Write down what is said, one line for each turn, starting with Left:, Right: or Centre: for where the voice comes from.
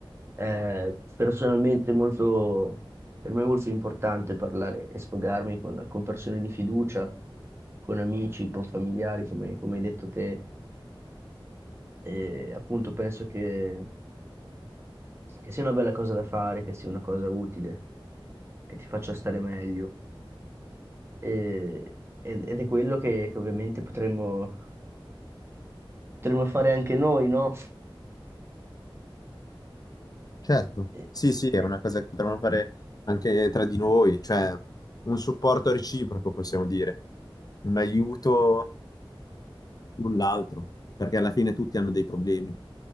Right: è personalmente molto, per me è molto importante parlare e sfogarmi con, con persone di fiducia, con amici, con familiari, come, come hai detto te, e appunto penso che che sia una bella cosa da fare, che sia una cosa utile, che ti faccia stare meglio. E- ed, ed è quello che, che ovviamente potremmo, potremmo fare anche noi, no?
Left: Certo,
Right: E-
Left: sì, sì, è una
Right: e-
Left: cosa che potremmo fare anche tra di noi, cioè un supporto reciproco, possiamo dire, un aiuto null'altro, perché alla fine tutti hanno dei problemi,